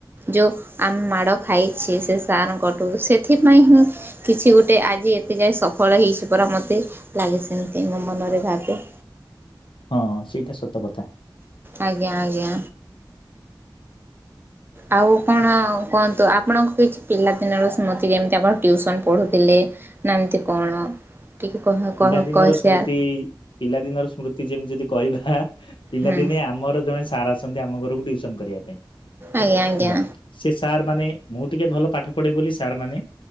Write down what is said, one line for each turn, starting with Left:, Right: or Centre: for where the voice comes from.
Right: ଯୋଉ ଆମେ ମାଡ ଖାଇଚେ ସେ ସାରଙ୍କଠୁ ସେଥିପାଇଁ ହିଁ କିଛି ଗୋଟେ ଆଜି ଏତେ ଯାଏ ସଫଳ ହେଇଛୁ ପରା ମତେ ଲାଗେ ସେମିତି ମୋ ମନରେ ଭାବେ।
Left: ହଁ ସେଇଟା ସତ କଥା।
Right: ଆଜ୍ଞା ଆଜ୍ଞା ଆଉ କଣ କୁହନ୍ତୁ। ଆପଣଙ୍କ କିଛି ପିଲାଦିନର ସ୍ମୃତି ଯେମତି ଆପଣ ଟିଉସନ ପଢ଼ୁଥିଲେ ନାଁ ଏମିତି କଣ ଟିକେ କହ କହ
Left: ପିଲାଦିନର
Right: କହ ସେୟାର
Left: ସ୍ମୃତି ପିଲାଦିନର ସ୍ମୃତି ଯେମତି ଯଦି କହିବା ହା ପିଲାଦିନେ
Right: ହୁଁ
Left: ଆମର ଜଣେ ସାର୍ ଆସନ୍ତି ଆମ ଘରୁକୁ ଟିଉ ସନ୍ କରିବା ପାଇଁ ହେଲା
Right: ଆଜ୍ଞା ଆଜ୍ଞା
Left: ସେ ସାର୍ ମାନେ ମୋ ଟିକେ ଭଲ ପାଠ ପଢେ ବୋଲି ସାରମାନେ